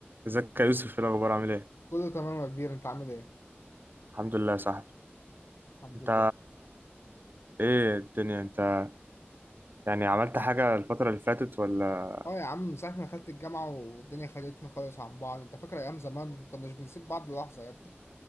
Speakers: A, on the right; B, on the left.
A: ازيك يا يوسف ايه الاخبار عامل ايه
B: كله تمام يا كبير انت عامل ايه
A: الحمد لله يا صاحبي
B: الحمد
A: انت
B: لله
A: ايه الدنيا انت يعني عملت حاجه الفتره اللي فاتت ولا
B: اه يا عم من ساعه ما دخلت الجامعه والدنيا خدتنا خالص عن بعض انت فاكر ايام زمان ما كناش بنسيب بعض لحظه يا ابني